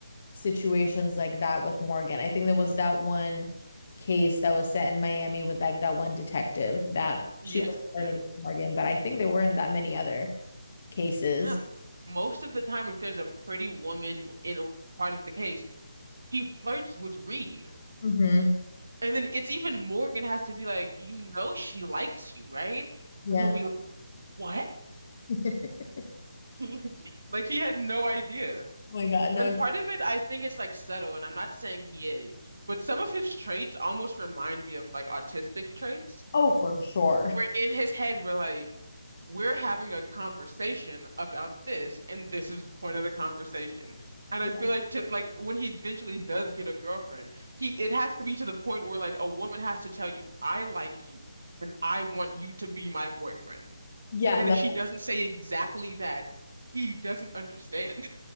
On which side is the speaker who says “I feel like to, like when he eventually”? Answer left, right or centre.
Right